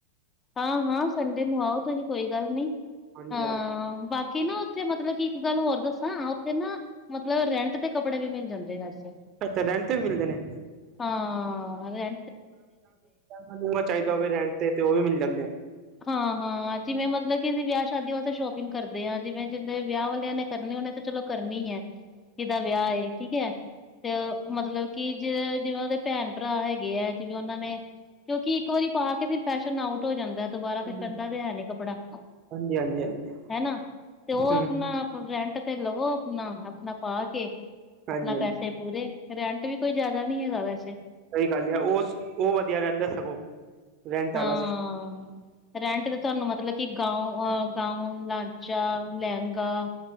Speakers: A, on the left; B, on the right.
A: ਹਾਂ-ਹਾਂ ਸੰਡੇ ਨੂੰ ਆਓ ਤੁਸੀਂ ਕੋਈ ਗੱਲ ਨੀ,
B: ਹਾਂਜੀ
A: ਹਾਂ
B: ਹਾਂਜੀ
A: ਬਾਕੀ ਨਾ ਓਥੇ ਮਤਲਬ ਕੀ ਇੱਕ ਗੱਲ ਹੋਰ ਦੱਸਾਂ, ਓਥੇ ਨਾ ਮਤਲਬ ਰੈਂਟ ਤੇ ਕੱਪੜੇ ਵੀ ਮਿਲ ਜਾਂਦੇ ਆ ਵੈਸੇ।
B: ਅੱਛਾ ਰੈਂਟ ਤੇ ਵੀ ਮਿਲਦੇ ਨੇ।
A: ਹਾਂ ਰੈਂ
B: ਮਤਲਬ ਚਾਈਦਾ ਹੋਵੇ ਰੈਂਟ ਤੇ ਓ ਵੀ ਮਿਲ ਜਾਂਦੇ।
A: ਹਾਂ-ਹਾਂ ਜਿਵੇਂ ਮਤਲਬ ਕਿ ਅਸੀਂ ਵਿਆ ਸ਼ਾਦੀਆਂ ਵਾਸਤੇ ਸ਼ੋਪਿੰਗ ਕਰਦੇ ਆਂ, ਜਿਵੇਂ ਜਿਦੇ ਵਿਆਹ ਵਾਲਿਆਂ ਨੇ ਕਰਨੇ ਓਨੇ ਤੇ ਚੱਲੋ ਕਰਨੀ ਐ, ਜਿਦਾ ਵਿਆ ਏ ਠੀਕ ਐ। ਤੇ ਮਤਲਬ ਕੀ ਜਿ ਜਿਵੇਂ ਓਦੇ ਭੈਣ ਭਰਾ ਹੈਗੇ ਐ ਜਿਵੇਂ ਓਨਾਂ ਨੇ। ਕਿਉਂਕਿ ਇੱਕ ਵਾਰੀ ਪਾ ਕੇ ਫਿਰ ਫੈਸ਼ਨ ਆਊਟ ਹੋ ਜਾਂਦਾ ਐ। ਦਬਾਰਾ
B: ਹਾਂਜੀ
A: ਫਿਰ ਪੈਂਦਾ ਤੇ ਹੈ ਨੀ ਕੱਪੜਾ,
B: ਹਾਂਜੀ ਹਾਂਜੀ ਹਾਂਜੀ ਹਾਂਜੀ
A: ਹੈਨਾ ਤੇ ਓ
B: ਹਮ
A: ਆਪਣਾ ਹੁਣ ਰੈਂਟ ਤੇ ਲਵੋ ਆਪਣਾ, ਆਪਣਾ ਪਾ ਕੇ
B: ਹਾਂਜੀ
A: ਆਪਣਾ
B: ਹਾਂਜੀ
A: ਪੈਸੇ ਪੂਰੇ। ਰੈਂਟ ਵੀ ਕਈ ਜ਼ਾਦਾ ਨੀ ਹੈਗਾ ਵੈਸੇ।
B: ਸਈ ਗੱਲ ਆ, ਓਸ ਓ ਵਧੀਆ ਰੈਂਦਾ ਸਗੋਂ। ਰੈਂਟ ਵਾਲਾ
A: ਹਾਂ।
B: ਸਿਸਟਮ
A: ਰੈਂਟ ਤੇ ਤੁਆਨੂੰ ਮਤਲਬ ਕੀ ਗਾਊ ਅ ਗਾਊਨ, ਲਾਂਚਾ, ਲੈਂਗਾ।